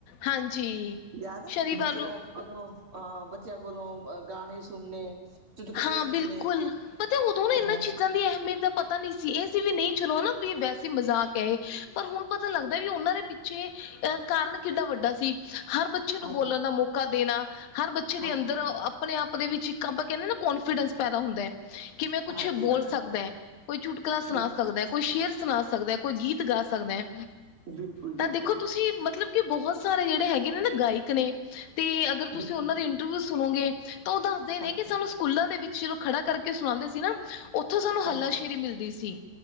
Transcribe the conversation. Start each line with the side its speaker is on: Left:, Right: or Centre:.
Left: ਹਾਂਜੀ
Right: ਯਾਦ ਹੈ,
Left: ਸ਼ਨੀਵਾਰ
Right: ਬੱਚ ਯਾ
Left: ਨੂੰ
Right: ਕੋਲੋਂ 'ਅ ਬੱਚਿਆਂ ਕੋਲੋਂ, ਗਾਣੇ ਸੁਣਨੇ ਚੁਟਕਲੇ
Left: ਹਾਂ
Right: ਸੁਣਨੇ
Left: ਬਿਲਕੁਲ, ਪਤਾ ਉਦੋਂ ਨਾ ਇਹਨਾਂ
Right: ਹਾਂ
Left: ਚੀਜ਼ਾਂ ਦੀ ਅਹਿਮੀਅਤ ਦਾ ਪਤਾ ਨ ਸੀ। ਇਹ ਸੀ ਵੀ, ਨਹੀਂ ਚਲੋ ਨਾ ਵੀ, ਵੈਸੇ ਮਜ਼ਾਕ ਹੈ ਇਹ ਪਰ ਹੁਣ ਪਤਾ ਲੱਗਦਾ, ਵੀ ਉਹਨਾਂ ਦੇ ਪਿੱਛੇ, ਅਹ ਕਾਰਨ ਕਿੱਡਾ ਵੱਡਾ ਸੀ। ਹਰ ਬੱਚੇ
Right: ਹਾਂਜੀ,
Left: ਨੂੰ ਬੋਲਣ ਦਾ ਮੌਕਾ ਦੇਣਾ, ਹਰ ਬੱਚੇ ਦੇ
Right: ਹਾਂਜੀ,
Left: ਅੰਦਰ ਆਪਣੇ-ਆਪ ਦੇ ਵਿੱਚ ਈ, ਇੱਕ ਆਪਾਂ ਕਹਿੰਦੇ ਆਂ ਨਾਂ ਕੋਂਨਫੀਡੈਂਸ ਪੈਦਾ ਹੁੰਦਾ ਹੈ। ਕਿਵੇੈਂ ਕੁੱਛ
Right: ਹਾਂਜੀ, ਹਾਂਜੀ
Left: ਬੋਲ ਸਕਦਾ, ਕੋਈ ਚੁਟਕਲਾ ਸੁਣਾ
Right: ਬਿਲਕੁਲ,
Left: ਸਕਦਾ, ਕੋਈ ਸ਼ੇਰ ਸੁਣਾ ਸਕਦੈ, ਕੋਈ ਗੀਤ ਗਾ ਸਕਦੈ
Right: ਬਿਲਕੁਲ,
Left: ਤਾਂ
Right: ਬਿਲਕੁਲ,
Left: ਦੇਖੋ ਤੁਸੀਂ ਮਤਲਬ ਕਿ ਬਹੁਤ ਸਾਰੇ ਜਿਹੜੇ ਹੈਗੇ ਨੇ ਨਾ ਗਾਇਕ ਨੇ ਤੇ ਅਗ ਗਰ
Right: ਬਿਲਕੁਲ
Left: ਤੁਸੀਂ ਓਨਾਂ ਦੀ ਇੰਟਰਵੂ ਸੁਣੋਗੇ ਤਾਂ ਉਹ ਦੱਸਦੇ ਨੇ
Right: ਹਾਂਜੀ,
Left: ਕਿ ਸਾਨੂੰ ਸਕੂਲਾਂ ਦੇ ਵਿੱਚ ਜਦੋਂ ਖੜਾ ਕਰਕੇ ਸੁਣਾਂਦੇ ਸੀ ਨਾ ਓਥੋਂ ਸਾਨੂੰ
Right: ਹਾਂਜੀ,
Left: ਹੱਲਾਸ਼ੇਰੀ ਮਿਲਦੀ ਸੀ।